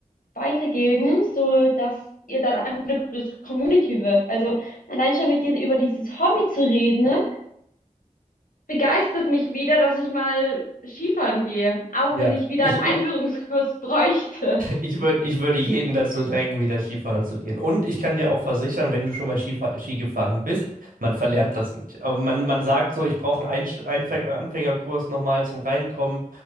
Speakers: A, on the left; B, on the right.
A: weitergeben, so dass ihr dann einfach eine größere Community wird. Also allein schon mit dir über dieses Hobby zu reden, ne, begeistert mich wieder, dass ich mal Skifahren gehe, auch
B: Ja,
A: wenn ich wieder
B: ich,
A: einen Einführungskurs
B: ich,
A: <laughs> bräuchte.
B: Ich, würde ich würde jeden dazu drängen, wieder Skifahren zu gehen. Und ich kann dir auch versichern, wenn du schon mal Skifa Ski gefahren bist, man verlernt das nicht. Aber man, man sagt so, ich brauche einen Einst- Einfä- Anfängerkurs nochmal zum Reinkommen,